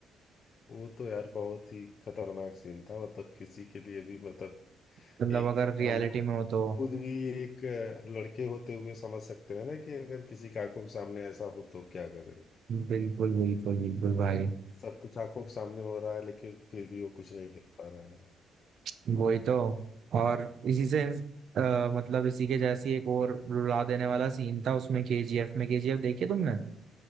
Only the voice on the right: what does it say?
मतलब
अगर रियलिटी
में हो तो
बिल्कुल बिल्कुल बिल्कुल भाई
<laughs> वही तो और इसी से अ, मतलब इसी के जैसी एक और रुला देने वाला सीन था उसमें केजीएफ में केजीएफ देखी तुमने